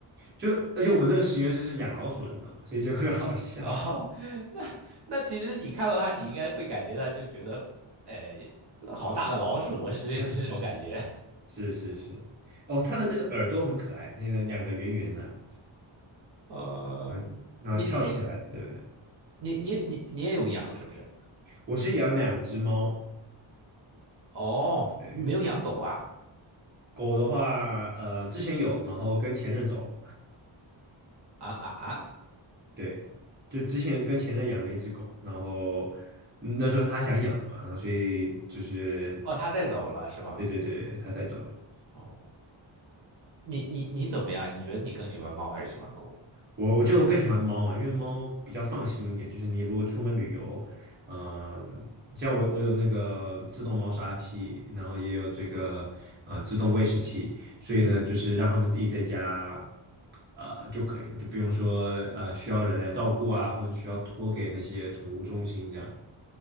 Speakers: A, on the right; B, on the right.
A: 就而且我们那个实验室是养老鼠的，你知道吗？所以就很好笑。
B: <laughs> 哦，那那其实你看到它，你应该会感觉到就觉得，哎，好大的老鼠啊，是这是这种感觉。
A: <laughs> 是是是，哦，它的这个耳朵很可爱，那个两个圆圆的，
B: 嗯，
A: 嗯，然后翘起来，
B: 你哎
A: 对不对？
B: 你你你你也有养是不是？
A: 我是养两只猫，
B: 哦，
A: 对，
B: 你没有养狗啊？
A: 狗的话，呃，之前有，然后跟前任走了，
B: 啊啊啊！
A: 对，就之前跟前任养了一只狗，然后嗯那时候是他想养的嘛，然后所以就是，
B: 哦，它带走了是吧？
A: 对对对，他带走了。
B: 哦，你你你怎么样？你觉得你更喜欢猫还是喜欢狗？
A: 我我就更喜欢猫啊，因为猫比较放心一点。就是你如果出门旅游，嗯、像我我有那个自动猫砂器，然后也有这个呃自动喂食器，所以呢，
B: 嗯，
A: 就是让它们自己在家呃就可以了，就不用说呃需要人来照顾啊，或者需要托给那些宠物中心这样。